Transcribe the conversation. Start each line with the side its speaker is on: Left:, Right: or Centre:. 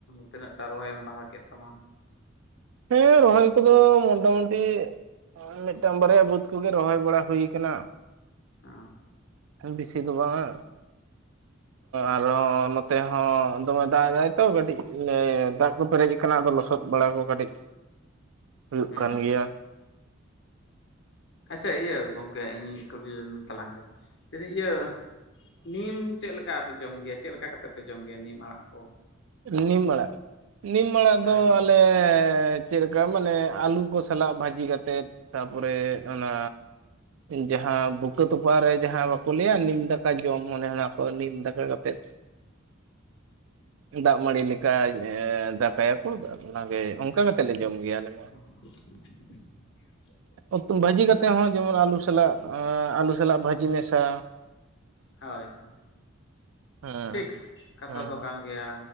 Left: ᱛᱤᱱᱟᱹᱜ ᱴᱟ ᱨᱚᱦᱚᱭᱮᱢ ᱞᱟᱦᱟ ᱠᱮᱫ ᱛᱟᱢᱟ?
Right: ᱦᱮᱸ ᱨᱚᱦᱚᱭ ᱠᱚᱫᱚ ᱢᱚᱴᱟ ᱢᱩᱴᱤ ᱦᱚᱭ ᱢᱤᱫᱴᱟᱝ ᱵᱟᱨᱮᱭᱟ ᱵᱟᱹᱫᱽ ᱠᱚᱜᱮ ᱨᱚᱦᱚᱭ ᱵᱟᱲᱟ ᱦᱩᱭ ᱠᱟᱱᱟ᱾
Left: ᱦᱮᱸ
Right: ᱵᱤᱥᱤ ᱫᱚ ᱵᱟᱝᱼᱟ
Left: ᱟᱪᱪᱷᱟ
Right: ᱟᱨᱚ ᱱᱚ ᱛᱮᱦᱚᱸ ᱫᱚᱢᱮ ᱫᱟᱜ ᱫᱟᱭ ᱛᱚ ᱠᱟᱹᱴᱤᱡ ᱫᱟᱜ ᱠᱚ ᱯᱮᱨᱮᱡ ᱠᱟᱱᱟ ᱟᱫᱚ ᱞᱚᱥᱚᱫ ᱵᱟᱲᱟ ᱠᱚ ᱠᱟᱹᱴᱤᱡ ᱦᱩᱭᱩᱜ
Left: ᱦᱩᱸ
Right: ᱠᱟᱱ ᱜᱮᱭᱟ᱾
Left: ᱟᱪᱪᱷᱟ ᱤᱭᱟᱹ ᱜᱚᱝᱠᱮ ᱤᱧ ᱠᱩᱞᱤ ᱞᱮᱢ ᱛᱟᱞᱟᱝ ᱜᱮ ᱞᱟᱹᱭᱫᱤᱧ ᱤᱭᱟᱹ ᱱᱤᱢ ᱪᱮᱫ ᱞᱮᱠᱟ ᱯᱮ ᱡᱚᱢ ᱜᱮᱭᱟ ᱪᱮᱫ ᱞᱮᱠᱟ ᱠᱟᱛᱮᱫ ᱯᱮ ᱡᱚᱢ ᱜᱮᱭᱟ ᱱᱤᱢ ᱟᱲᱟᱜ ᱠᱚ
Right: ᱱᱤᱢ ᱟᱲᱟᱜ ᱱᱤᱢᱟᱲᱟᱜ
Left: ᱦᱳᱭ
Right: ᱫᱚ
Left: ᱦᱳᱭ
Right: ᱟᱞᱮ ᱪᱮᱫ ᱞᱮᱠᱟ ᱢᱟᱱᱮ ᱟᱹᱞᱩ ᱠᱚ ᱥᱟᱞᱟᱜ ᱵᱷᱟᱹᱡᱤ ᱠᱟᱛᱮᱜ ᱛᱟᱯᱚᱨᱮ ᱚᱱᱟ ᱡᱟᱦᱟᱸ ᱵᱩᱠᱟᱹ ᱛᱚᱯᱟᱜ ᱨᱮ ᱡᱟᱦᱟᱸ ᱵᱟᱠᱚ ᱞᱟᱹᱭᱟ ᱱᱤᱢ ᱫᱟᱠᱟ ᱡᱚᱢ ᱢᱚᱱᱮ ᱚᱱᱟ ᱠᱚ ᱱᱤᱢ ᱫᱟᱠᱟ ᱠᱟᱛᱮᱫ ᱫᱟᱜ ᱢᱟᱹᱲᱤ ᱞᱮᱠᱟ ᱫᱟᱠᱟᱭᱟᱠᱚ ᱚᱱᱟᱜᱮ ᱚᱱᱠᱟ ᱠᱟᱛᱮᱫ ᱞᱮ ᱡᱚᱢ ᱜᱮᱭᱟᱞᱮ
Left: ᱦ <unintelligible>
Right: ᱩᱛᱩ ᱵᱷᱟᱹᱡᱤ ᱠᱟᱛᱮᱫ ᱦᱚᱸ ᱡᱮᱢᱚᱱ ᱟᱹᱞᱩ ᱥᱟᱞᱟᱜ ᱟᱹᱞᱩ ᱥᱟᱞᱟᱜ ᱵᱷᱟᱹᱡᱤ ᱢᱮᱥᱟ
Left: ᱦᱳᱭ ᱦᱳᱭ
Right: ᱦᱮᱸ
Left: ᱴᱷᱤᱠ ᱠᱟᱛᱷᱟ
Right: ᱦᱮᱸ
Left: ᱫᱚ ᱠᱟᱱ ᱜᱮᱭᱟ